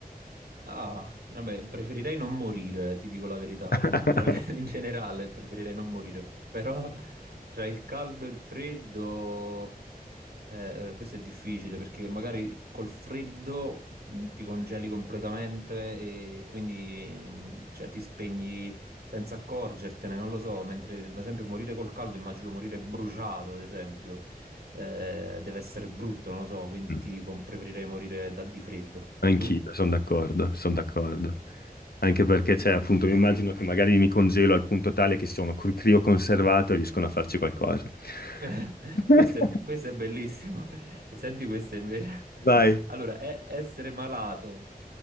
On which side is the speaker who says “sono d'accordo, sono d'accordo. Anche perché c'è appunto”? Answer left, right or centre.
Left